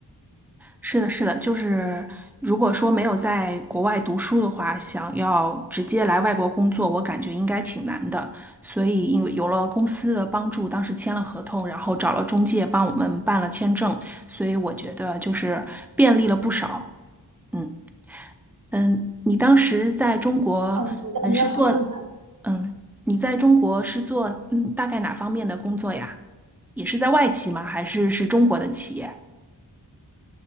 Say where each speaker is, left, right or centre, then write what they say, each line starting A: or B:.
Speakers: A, in the centre; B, on the right.
A: 是的，是的，就是如果说没有在国外读书的话，想要直接来外国工作，我感觉应该挺难的。所以，因为有了公司的帮助，当时签了合同，然后找了中介帮我们办了签证，所以我觉得就是便利了不少。嗯嗯，你当时在中国，
B: 嗯，觉得你也好厉害。
A: 嗯，是做嗯，你在中国是做嗯大概哪方面的工作呀？也是在外企吗？还是是中国的企业？